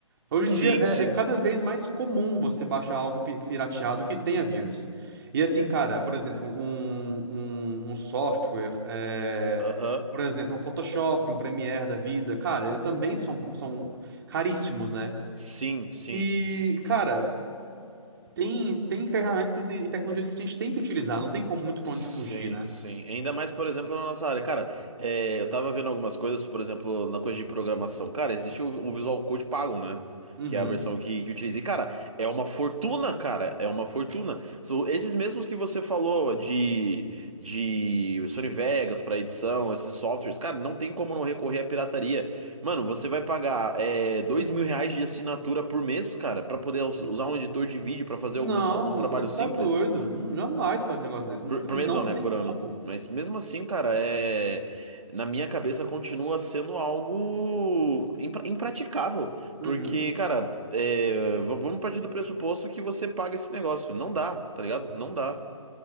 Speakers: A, on the right (about 45°); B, on the right (about 70°).
A: Hoje
B: Sim,
A: em dia é,
B: sim.
A: é cada vez mais comum você baixar algo pi- pirateado que tenha vírus. E assim, cara, por exemplo, um, um, um software, é,
B: Aham.
A: por exemplo, um Photoshop, um Premiere da vida, cara, também são, são caríssimos, né?
B: Sim, sim.
A: E, cara, tem, tem ferramentas e e tecnologias que a gente tem que utilizar, não tem como muito pra
B: Sim,
A: onde fugir, né?
B: sim. Ainda mais, por exemplo, na nossa área. Cara, é, eu tava vendo algumas coisas, por exemplo, na coisa de programação. Cara, existe o, o Visual Code pago, né?
A: Uhum.
B: Que é a versão que, que utiliza. E, cara, é uma fortuna, cara. É uma fortuna. São esses mesmos que você falou de, de Sony Vegas pra edição, esses softwares. Cara, não tem como não recorrer à pirataria. Mano, você vai pagar é, dois mil reais de assinatura por mês, cara, pra poder us- usar um editor de vídeo pra fazer
A: Não,
B: algumas, alguns trabalhos
A: você tá
B: simples.
A: doido. Não, Jamais falar de um negócio desse. Não,
B: Por,
A: cara,
B: por mês
A: não
B: não,
A: tem
B: né? Por
A: como.
B: ano. Mas mesmo assim, cara, é. Na minha cabeça continua sendo algo impra- impraticável.
A: Uhum.
B: Porque, cara, é, v- vamos partir do pressuposto que você paga esse negócio. Não dá, tá ligado? Não dá.